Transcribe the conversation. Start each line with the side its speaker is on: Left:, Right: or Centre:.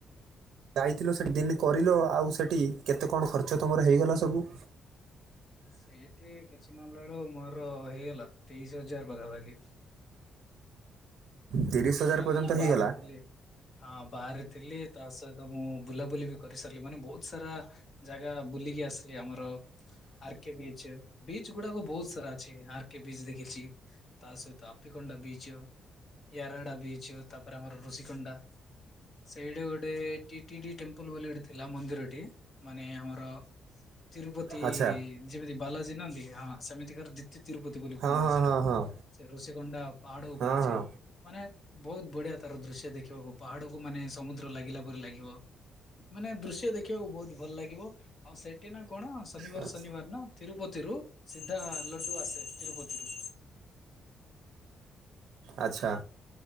Right: ଯାଇଥିଲ ସେଠି ଦିନ କରିଲ ଆଉ ସେଠି କେତେ କଣ ଖର୍ଚ୍ଚ ତୁମର ହେଇଗଲା ସବୁ?
Left: ସେଇଠି କିଛି ନନ ନେଳୁ ମୋର ହେଇଗଲା ତେଇଶ ହଜାର ପାଖାପାଖି।
Right: ତିରିଶ ହଜାର
Left: କାହିଁକି
Right: ପର୍ଯ୍ୟନ୍ତ
Left: ନା
Right: ହେଇଗଲା
Left: ବାହାରେ ଥିଲି। ହଁ ବାହାରେ ଥିଲି ତା ସହିତ ମୁଁ ବୁଲାବୁଲି ବି କରିସାରିଲି ମାନେ ବହୁତ ସାରା। ଜାଗା ବୁଲିକି ଆସିଲି ଆମର। ଆର୍ କେ ବିଚ୍ ବିଚ୍ ଗୁଡାକ ବହୁତ ସାରା ଅଛି ଆର୍ କେ ବିଚ୍ ଦେଖିଛି। ତା ସହିତ ଆପିକୋଣ୍ଡା ବିଚ୍, ୟାରଡା ବିଚ୍ ତାପରେ ଆମର ଋଷିକୋଣ୍ଡା। ସେଇଠି ଗୋଟେ ଟି ଟି ଡ଼ି ଟେମ୍ପୁଲ ବୋଲି ଗୋଟେ ଥିଲା ମନ୍ଦିରଟେ ମାନେ ଆମର। ତିରୁପତି
Right: ଆଚ୍ଛା
Left: ଯେମିତି ବାଲାଜୀ ନାହାନ୍ତି କି ହଁ ସେମିତିକାର ତି-ତିରୁପତି ବୋଲି
Right: ହଁ
Left: କୁହନ୍ତି
Right: ହଁ
Left: ସେଟାକୁ
Right: ହଁ ହଁ
Left: ସେ ଋଷିକୋଣ୍ଡା ପାହାଡ ଉପରେ
Right: ହଁ
Left: ଅଛି
Right: ହଁ
Left: ମାନେ। ବହୁତ ବଢିଆ ତାର ଦୃଶ୍ୟ ଦେଖିବାକୁ ପାହାଡକୁ ମାନେ ସମୁଦ୍ର ଲାଗିଲା ପରି ଲାଗିବ। ମାନେ ଦୃଶ୍ୟ ଦେଖିବାକୁ ବହୁତ ଭଲ ଲାଗିବ ଆଉ ସେଠି ନା କଣ ଶନିବାର
Right: ଆଚ୍ଛା
Left: ଶନିବାର ନ ତିରୁପତିରୁୁ ସିଧା ଲଡୁ ଆସେ ତିରୁପତିରୁ।
Right: ଆଚ୍ଛା